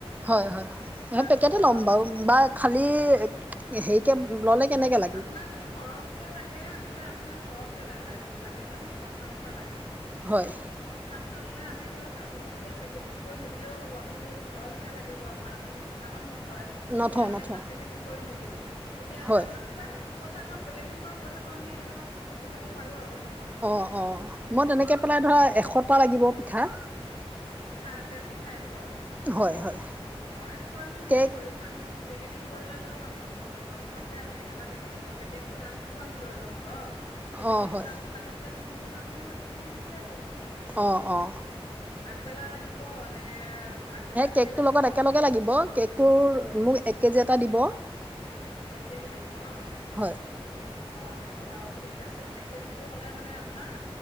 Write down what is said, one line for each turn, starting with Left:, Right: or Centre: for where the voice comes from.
Right: হয় হয় হয়,
Left: তাৰপিছত
Right: পেকেট লম বাৰু বা খালি সেৰিকে ল'লে কেনেকৈ লাগে
Left: আপোনাক যদি সৰহকে লাগে বোলে আপোনাৰ সৰহকে লাগে, লাগে বোলে মোক পঞ্চাশটা লাগে।
Right: হয়
Left: পঞ্চাচটা ললে আমি ধৰক আপুনি যেতিয়া পেকেটিং কৰি নিদিলেও হব আপুনি যিহেতু ঘৰতহে লাগিব আপোনাৰ আপুনিটো দোকানত নথ হয়,
Right: নথওঁ
Left: তেতিয়া আমি
Right: নথওঁ
Left: আপোনাক পেকেটিং কৰি নিদিও। তেতিয়াহলে
Right: হয়
Left: আপোনাক কিবা এটা পইচা ধৰক পেকেটিং কৰা পইচাটো আমি ধৰক কমাব পাৰো আৰু
Right: অ, অ, মই তেনেকে পেলাই ধৰা এশ খটা লাগিব পিঠা।
Left: পিঠা তেল, পিঠা এশ।
Right: হয় হয়
Left: অ, এশ আমি হেৰি
Right: কেক
Left: কৰিম আমি পেকেটিং কৰিলে ধৰক আমি উম, দচটাত যে আমি এটা পেকেটিং কৰো, পেকেটটোৰ দামটোতো আমি লৈ লওঁ ধৰক। সেই
Right: অঁ
Left: পেকেতটো
Right: হয়
Left: দামটো কাটি পেলাই সেইখিনি হয় আপুনি আমাক সেইখিনি দি দিলেই হ'ল।
Right: অ, অ।
Left: বেলা লাগিব নে? আগদিনাখনে
Right: কেকটোৰ
Left: লাগিব
Right: লগত একেলগে লাগিব, কেকটোৰ মোক এক কেজি এটা দিব।
Left: এক কেজি লাগিব ন, অ,
Right: হয়
Left: অ। বাৰু ঠিক আছে। এক কেজিটো হ'লে মানে আপোনাৰ